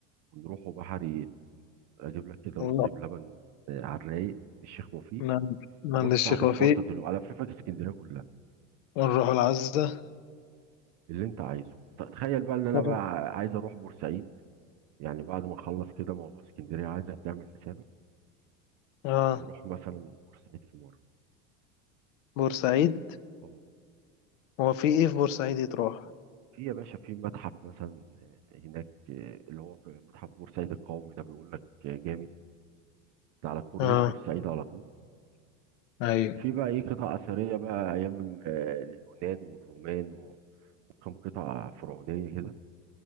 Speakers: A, on the right; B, on the left.
A: ونروحوا بحري اجيب لك كده
B: ونروح
A: رز بلبن آه، على الرايق من الشيخ وفيق
B: من من
A: بص
B: عند الشيخ
A: هتتبسط
B: وفيق
A: الو- الففك اسكندريه كلها
B: ونروح العزة
A: اللي انت عايزه ط- تخيل بقى ان انا
B: طب
A: بقى عايز اروح بورسعيد يعني بعد ما نخلص كده موضوع اسكندريه عايزك تعمل حسابك
B: اه
A: نروح مثلا بورسعيد في مره
B: بورسعيد
A: اه
B: هو في ايه في بورسعيد يتروح
A: في يا باشا في متحف مثلا آه، هناك آه، اللي هو في متحف بورسعيد القومي ده بيقول لك آه، جامد ده على كورنيش
B: اه
A: بورسعيد على طول
B: ايوه
A: في بقى ايه قطع اثريه بقى ايام آه، اليونان والرومان و- وكم قطعه فرعونيه كده